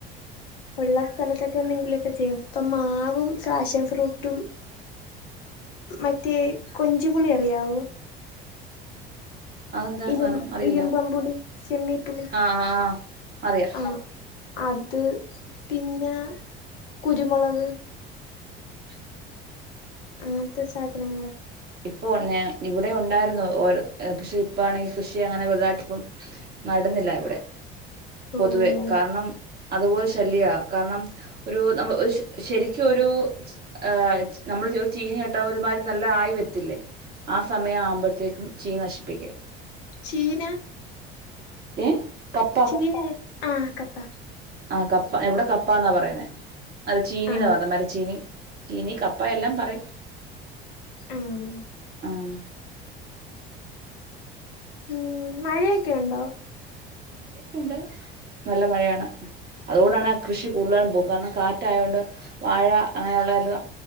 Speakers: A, on the left; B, on the right.
A: ഉള്ള സ്ഥലത്തൊക്കെ എന്തെങ്കിലു ഒക്കെ ചെയ്യാം ഇപ്പം മാവും ഫാഷൻ ഫ്രൂട്ടും മറ്റേ കൊഞ്ചു പുളി അറിയാവോ
B: അതെന്താ
A: ഇരു
B: സാധനം അറിയില്ല
A: ഇരുമ്പം പുളി ചെമ്മീപ്പുളി
B: ആ ആ ആ അറിയാം
A: ആഹ് അത് പിന്നെ കുരുമുളക്
B: ആഹ്
A: അങ്ങനത്തെ സാധനങ്ങള്
B: ഇപ്പോ <unintelligible> ഇവിടെ ഉണ്ടായ രുന്നു ഓരോ പക്ഷെ ഇപ്പാണെങ്കി കൃഷി അങ്ങനെ വെലുതായിട്ട് ഇപ്പം നടന്നില്ല ഇവിടെ പൊതുവെ
A: ഓഹ്
B: കാരണം അതുപോലെ ശല്ല്യാ കാരണം ഒരു നമ്മ ഒരു ശ ശെരിക്കു ഒരു ആഹ് നമ്മള് ഒര് ചീനി നട്ടാ ഒരു മാതിരി നല്ല ആയി വ ത്തില്ലേ ആ സമയം ആവുമ്പോഴത്തേക്കും ചീനി നശിപ്പിക്കും
A: ചീന
B: ഏഹ് കപ്പാ
A: ചീന ആഹ് കപ്പ
B: ആഹ് കപ്പ ഏഹ് ഇവിടെ കപ്പാ എന്നാ പറയുന്നേ അത് ചീനീന്നാ
A: ആഹ്
B: പറഞ്ഞെ മരച്ചീനി ചീനി കപ്പ എല്ലാം പറയും
A: ഉം
B: ആഹ്
A: ഉം മഴയൊക്കെ ഉണ്ടോ
B: ആഹ് മഴ ഒക്കെ ഉണ്ട് നല്ല മഴയാണ് അതു കൊണ്ടാണ് കൃഷി കൂടുതലും പോക കാരണം കാ റ്റ് ആയോണ്ട് വാഴ അങ്ങനെ ഉള്ളതെല്ലാം